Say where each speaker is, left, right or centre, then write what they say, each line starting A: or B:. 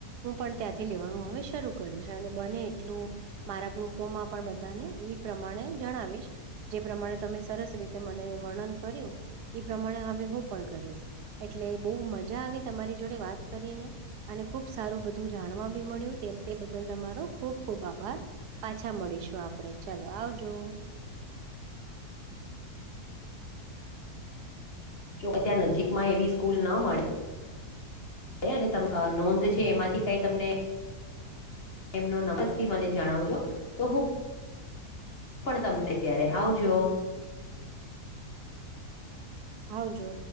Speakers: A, on the right (about 80°); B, on the left (about 40°).
A: હું પણ ત્યાંથી લેવાનું હવે શરૂ કરીશ અને બને એટલું મારા ગ્રુપોમાં પણ બધાને ઈ પ્રમાણે જણાવીશ. જે પ્રમાણે તમે સરસ રીતે મને વર્ણન કર્યું એ પ્રમાણે હવે હું પણ કરીશ. એટલે બો મજા આવે તમારી જોડે વાત કરી ને. અને ખુબ સારું બધું જાણવા બી મળ્યું ત તે બદલ તમારો ખુબ ખુબ આભાર પાછા મળીશું આપડે ચાલો આવજો.
B: <inaudible> જોકે ત્યાં નજીકમાં એવી સ્કૂલ ન મળે. ને અને અ નોંધ છે એમાંથી કાઈ તમને એમનો નમસથી મને જણાવજો તો હું પણ તમને ત્યારે આવજો.
A: આવજો.